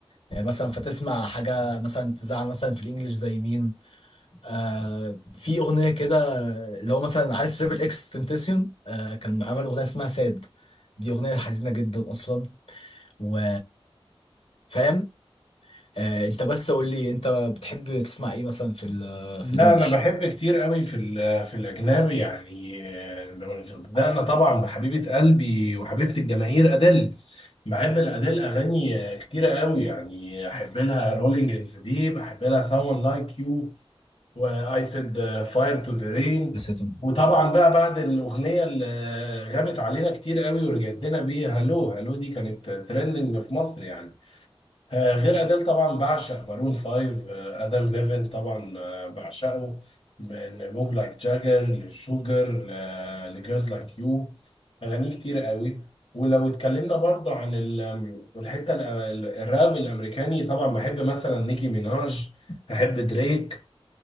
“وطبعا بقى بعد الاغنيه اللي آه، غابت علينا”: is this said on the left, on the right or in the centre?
Left